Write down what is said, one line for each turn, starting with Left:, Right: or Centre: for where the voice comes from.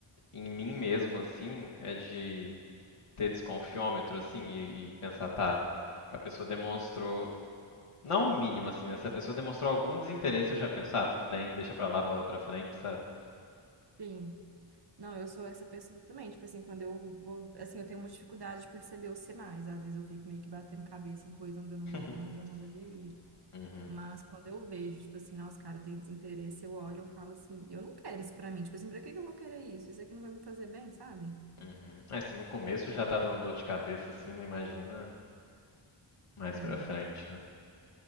Left: em mim mesmo assim é de ter desconfiômetro assim e, e pensar, tá, a pessoa demonstrou não o mínimo assim, né? Se a pessoa demonstrou algum desinteresse, eu já penso, ah, tudo bem, deixa pra lá, bola pra frente, sabe?
Right: Sim. Não, eu sou essa pessoa também. Tipo assim, quando eu vou. Assim, eu tenho uma dificuldade de perceber os sinais. Às vezes eu fico meio que batendo cabeça em coisa onde eu não,
Left: <laughs>
Right: de- onde eu não deveria.
Left: Uhum,
Right: Mas quando eu vejo, tipo assim, nossa, cara, tem desinteresse, eu olho, eu falo assim, eu não quero isso pra mim. Tipo assim, pra que que eu vou querer isso? Isso aqui não vai me fazer bem, sabe?
Left: uhum. É, se no começo já tá dando dor de cabeça assim, não imagina mais
Right: É,
Left: pra frente, né?